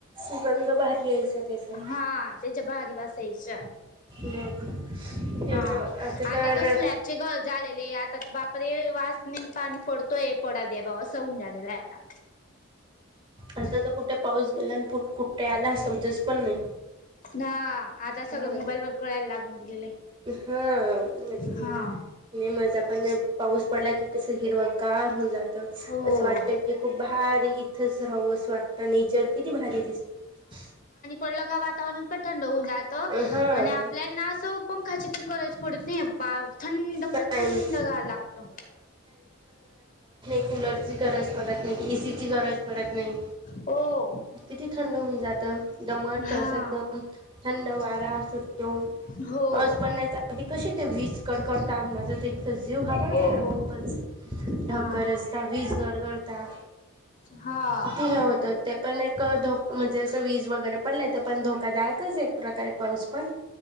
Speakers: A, on the right (about 25°); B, on the left (about 40°).
A: सुगंध भारी यायचा त्याचा
B: हा त्याच्या भारी वासायच्या
A: मग ते
B: हां आता
A: तर
B: तो स्लॅबचे घरं झालेले आता तो बापरे वास नाय पाणी पडतोय पडाद्या बाबा अस होउन राहता
A: आता तर कुठे पाऊस गेला आणि कुठे आला समजास पण नाही
B: हा आता सगळं
A: हम्म
B: मोबाईल वर कळायला लागून गेलेलं आहे
A: हम्म
B: हा
A: मजा पण पाऊस पडला की कस हिरवा गार होवुन जा असं
B: हो
A: वाटत की खूप भारी रावूस वाटत नेचर किती भारी दिसत
B: लग वातवरण थंड होऊ जातो
A: हा
B: आणि आपल्याला ना असो पंखाची गरज पडत नाही बा थंड पुरे
A: फॅन
B: थंड गार लागतं
A: कुलर ची गरज पडत नाही एसीची गरज पडत नाही
B: हो
A: किती थंड होऊन जात दमट
B: हा
A: अस एकदम थंड वारा सुटतो
B: हो
A: पाऊस पडण्याच्या आधी कशी विज कडकडतात म ते एकतर जीव घाबरतो
B: हो
A: ना
B: हो
A: खूपच
B: हा
A: ढग गरजतात वीज गरगरता
B: हा
A: किती हे होत ते पण एक धो म्हणजे असं वीज वगैरे पडलं ते पण धोकादायकच एक प्रकारे पाऊस पण